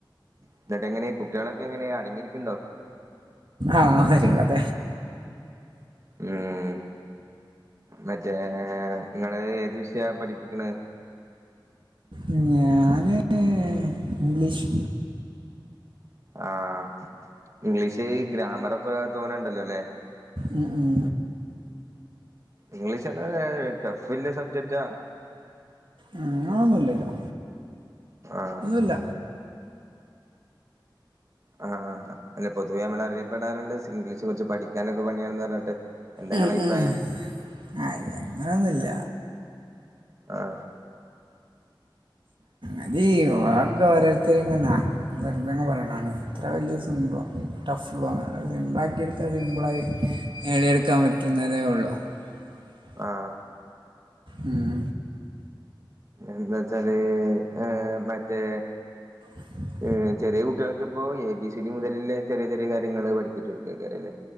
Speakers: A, on the right; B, on the right.
A: എന്നിട്ട് എങ്ങനെ കുട്ടികളൊക്കെ എങ്ങനെയ അടങ്ങിയിരിക്കുന്നുണ്ടോ
B: ആഹ് ഒരുകഥ
A: ഉം മറ്റേ നിങ്ങള് ഏത് വിഷയാണ് പഠിപ്പിക്കണത്
B: ഉം ഞാന് ഇംഗ്ലീഷ്
A: ആഹ ഇംഗ്ലീഷ് ഗ്രാമറൊക്കെ തോനെണ്ടല്ലോ ല്ലേ
B: ഉം ഉം
A: ഇംഗ്ലീഷ്ന്നെ ഒരു ടഫ്ല്ല സബ്ജക്റ്റാ
B: ആഹ് അങ്ങനൊന്നുല്ലല്ലോ
A: ആഹ്
B: ഇല്ല
A: ആഹ് അല്ല പൊതുവേ നമ്മൾ അറിയപ്പെടാറുണ്ട് ഇംഗ്ലീഷ് കുറിച്ച് പഠിക്കാനൊക്കെ പണിയാണന്ന് പറഞ്ഞിട്ട് എന്താ നിങ്ങളെ
B: ഉം
A: അഭിപ്രായം
B: ഉം അങ്ങനൊന്നുല്ല
A: ആഹ്
B: അതീ വാക്ക് ഓരോരുത്തരെങ്ങന്നാ വെറുതെങ്ങ പറയണാണ് ഇത്ര വല്യ സിമ്പളോന്നൂല ടഫ്ള്ള ഒന്നല്ല സിബ്ലാക്കിട്ത്താ സിബ്ലായി നേടിയെടുക്കാൻ പറ്റുന്നതേ ഉള്ളൂ <unintelligible>
A: ആഹ്
B: ഉം
A: എന്താച്ചാല് ഏഹ് മറ്റേ
B: ഉം
A: ഏഹ് ചെറിയ കുട്ട്യാൾക്കപ്പോ എ ബി സി ഡി മുതലില്ലെ ചെറിയ ചെറിയ കാര്യങ്ങള് പഠിപ്പിച്ചു കൊടുക്കക്കാരല്ലേ